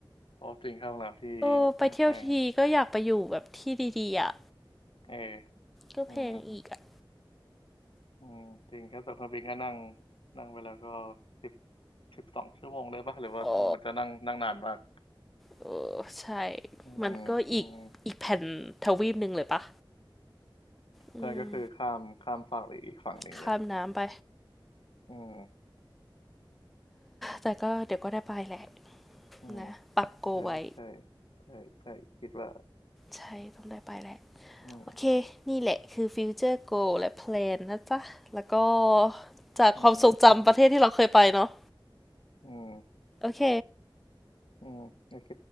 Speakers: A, on the left; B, in the centre.
A: โอจริงค่าโรงแรมที่
B: โอ้ไปเที่ยวทีก็อยากไปอยู่แบบที่ดีๆอ่ะ
A: แพงเออ
B: ก็แพงอีกอ่ะ
A: อืมอืมจริงแค่าตั๋วเครื่องบินก็นั่ง นั่งไปแล้วก็สิบสิบสองชั่วโมงได้ปะหรือว่ามันมันจะนั่งนั่งนานมาก
B: โอ้ เออใช่
A: อืมอืม
B: มันก็อีกอีกแผ่นทวีปหนึ่งเลยปะอืม
A: นั่นก็คือข้ามข้ามฝั่งไปอีกฝั่งหนึ่งเลย
B: ข้ามน้ำไป
A: อืม
B: แต่ก็เดี๋ยวก็ได้ไปแหละ
A: อืม
B: นะปักโกไว้
A: ใช่ใช่ใช่ใช่คิดว่า
B: ใช่ต้องได้ไปแหละ
A: อืม
B: โอเคนี่แหละคือฟิวเจอร์โกและแพลนนะจ๊ะแล้วก็จากความทรงจำประเทศที่เราเคยไปเนาะ
A: อืมอืม
B: โอเค
A: อืมโอเค